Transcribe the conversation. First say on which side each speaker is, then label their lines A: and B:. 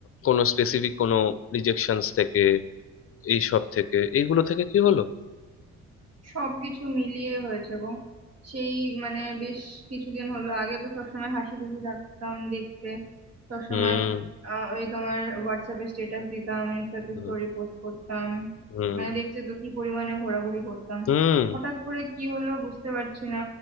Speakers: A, on the left; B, on the right.
A: কোনো স্পেসিফিক কোনো রিজেকশনস থেকে এইসব থেকে এইগুলো থেকে কি হলো
B: সবকিছু মিলিয়ে হয়েছে গো সেই মানে বেশ কিছুদিন হলো আগে তো সবসময় হাসি খুশি থাকতাম দেখতে সবসময়
A: হুম
B: আহ, ওই তোমার হোয়াটসঅ্যাপে স্ট্যাটাস দিতাম ইনস্টাতে
A: হুম
B: স্টোরি পোস্ট করতাম
A: হুম
B: মানে দেখতে তো কি পরিমাণে ঘোরাঘুরি করতাম
A: হুম
B: হঠাৎ করে কি হলো বুঝতে পারছি না